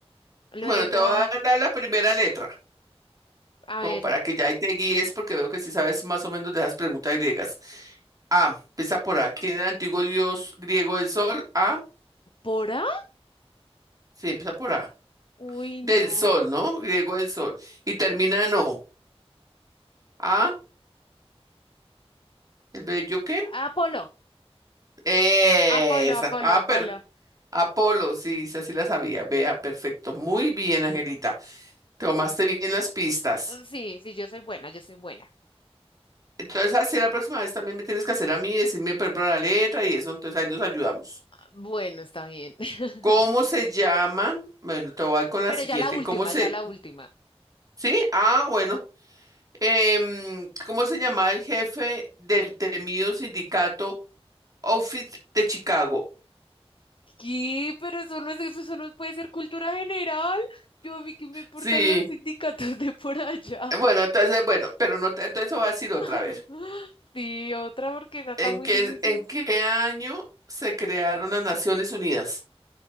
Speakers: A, on the left; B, on the right.
A: luego,
B: Bueno, te voy a dar la primera letra,
A: a
B: como
A: ver,
B: para que ya ahí te guíes, porque veo que sí sabes más o menos de esas preguntas griegas. A, empieza por A. ¿Quién era el antiguo dios griego del sol? A,
A: ¿Pora?
B: sí, empieza por A.
A: Uy,
B: Del
A: no.
B: sol, ¿no? Griego del sol. Y termina en O. A, el bello qué?
A: Apolo,
B: Esa.
A: Apolo, Apolo,
B: A,
A: Apolo.
B: pero Apolo, sí, esa sí la sabía. Vea, perfecto. Muy bien, Angelita. Tomaste bien las pistas.
A: Sí, sí, yo soy buena, yo soy buena.
B: Entonces, así la próxima vez también me tienes que hacer a mí, decirme, por ejemplo, la letra y eso. Entonces, ahí nos ayudamos.
A: Bueno, está bien. <laughs>
B: ¿Cómo se llama? Bueno, te voy con la
A: Pero
B: siguiente.
A: ya la última,
B: ¿Cómo se...
A: ya la última.
B: Sí, ah, bueno. Em, ¿cómo se llamaba el jefe del temido sindicato Outfit de Chicago?
A: ¿Qué? Pero eso no es eso, eso no puede ser cultura general. Yo a mí que me importan
B: Sí,
A: los sindicatos de por allá.
B: bueno, entonces, bueno, pero no te, entonces voy a decir otra
A: <laughs>
B: vez.
A: Sí, otra porque esa está
B: ¿En
A: muy
B: qué,
A: difícil.
B: en qué año se crearon las Naciones Unidas?